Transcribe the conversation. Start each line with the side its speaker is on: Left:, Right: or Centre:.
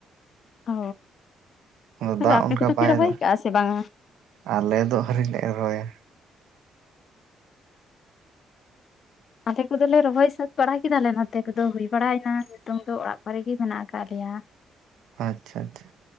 Left: ᱚ
Right: ᱟᱫᱚ
Left: ᱛᱚᱵᱮ
Right: ᱫᱟᱜ
Left: ᱟᱯᱱᱟ
Right: ᱚᱱᱠᱟ
Left: ᱠᱚ ᱛᱚ
Right: ᱵᱟᱭ
Left: ᱯᱷᱤᱨ ᱵᱷ
Right: ᱫᱟ
Left: ᱟ ᱥᱮ ᱵᱟᱝᱼᱟ?
Right: ᱟᱞᱮ ᱫᱚᱜ ᱦᱟᱹᱨᱤᱡ ᱞᱮ ᱨᱚᱦᱚᱭᱟ
Left: ᱟᱞᱮ ᱠᱚᱫᱚᱞᱮ ᱨᱚᱦᱚᱭ ᱥᱟᱹᱛ ᱵᱟᱲᱟ ᱠᱮᱫᱟᱞᱮ ᱱᱚᱛᱮ ᱠᱚᱫᱚ ᱦᱩᱭ ᱵᱟᱲᱟᱭᱱᱟ ᱱᱤᱛᱚᱝ ᱫᱚ ᱚᱲᱟᱜ ᱠᱚᱨᱮ ᱜᱮᱮ ᱢᱮᱱᱟᱜ ᱟᱠᱟᱫ ᱞᱮᱭᱟ᱾ <unintelligible>
Right: ᱟᱪᱪᱷᱟ ᱟᱪᱪᱷᱟ